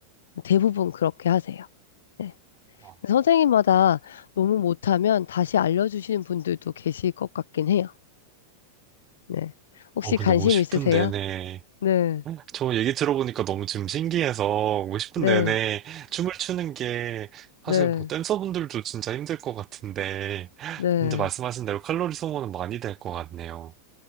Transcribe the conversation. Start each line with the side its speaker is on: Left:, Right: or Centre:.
Left: 대부분 그렇게 하세요. 네.
Right: 와,
Left: 선생님마다 너무 못하면 다시 알려주시는 분들도 계실 것 같긴 해요. 네. 혹시
Right: 어, 근데
Left: 관심
Right: 50분
Left: 있으세요?
Right: 내내,
Left: 네.
Right: 저 얘기 들어보니까 너무 지금 신기해서 50분
Left: 네.
Right: 내내 춤을 추는 게
Left: 네,
Right: 사실 뭐 댄서분들도 진짜 힘들 것 같은데,
Left: 네,
Right: 진짜 말씀하신 대로 칼로리 소모는 많이 될 것 같네요.